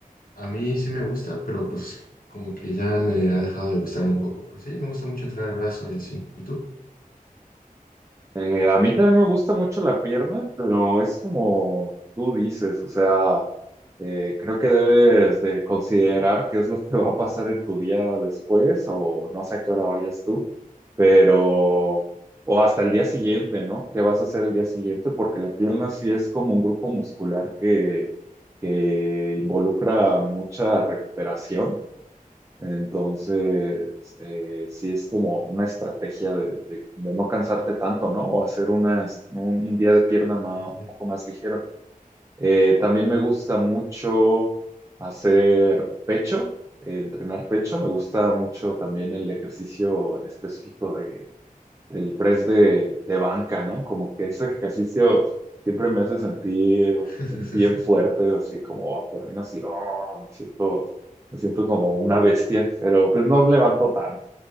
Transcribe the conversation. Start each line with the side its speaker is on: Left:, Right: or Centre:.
Left: a mí sí me gusta, pero pues como que ya me ha dejado de gustar un poco, pero sí, me gusta mucho entrenar brazo y así. ¿Y tú?
Right: Eh, a mí también me gusta mucho la pierna, pero es como tú dices, o sea, eh, creo que debes de considerar qué es lo que va a pasar en tu día después o no sé a qué hora vayas tú, pero o hasta el día siguiente, ¿no? ¿Qué vas a hacer el día siguiente? Porque la pierna sí es como un grupo muscular que, que involucra mucha recuperación. Entonces, eh, sí es como una estrategia de, de- de no cansarte tanto, ¿no? O hacer unas, un, un día de pierna ma-
Left: Sí, sí.
Right: un poco más ligero. Eh, también me gusta mucho hacer pecho, eh, entrenar pecho. Me gusta mucho también el ejercicio en específico el press de, de banca, ¿no? Como que ese ejercicio siempre me hace sentir
Left: sí.
Right: bien fuerte,
Left: <laughs>
Right: así como, por mí así, oh, me siento, me siento como una bestia, pero pues no levanto tanto,